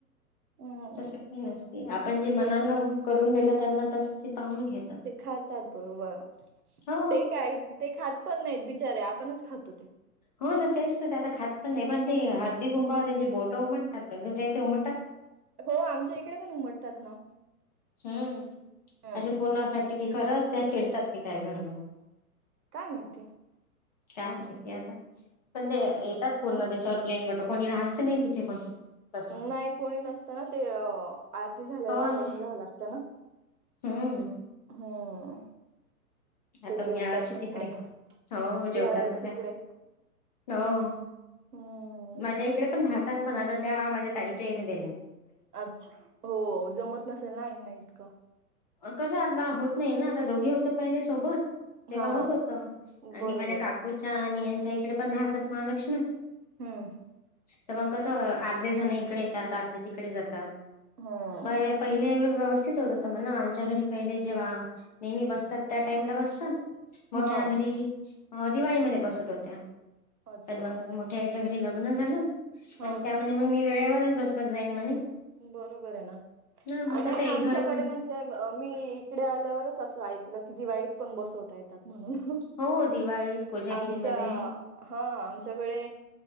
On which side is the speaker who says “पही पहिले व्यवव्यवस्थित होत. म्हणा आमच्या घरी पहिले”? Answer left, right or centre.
Left